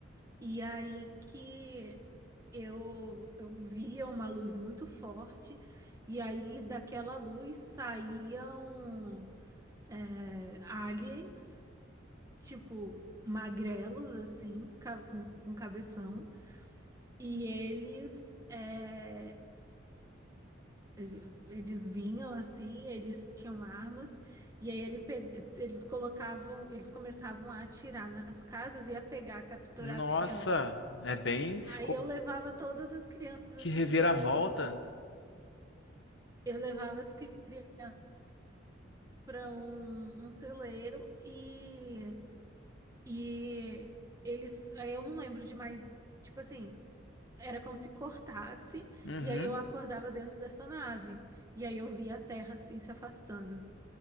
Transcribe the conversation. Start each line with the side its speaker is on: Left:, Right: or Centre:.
Right: E aí que eu, eu via uma luz muito forte, e aí daquela luz saíam é, aliens, tipo magrelos, assim, ca- com, com cabeção. E eles, é, eles vinham assim, eles tinham armas, e aí ele pe- eles colocavam, eles começavam a atirar nas casas e a pegar, capturar
Left: Nossa,
Right: as crianças.
Left: é bem, ficou
Right: Aí eu levava todas as crianças
Left: que
Right: assim
Left: reviravolta.
Right: para um, eu levava as crianças para um, um celeiro e, e eles, aí eu não lembro de mais, tipo assim, Era como se cortasse,
Left: Uhum.
Right: e aí eu acordava dentro dessa nave. E aí eu via a Terra assim se afastando.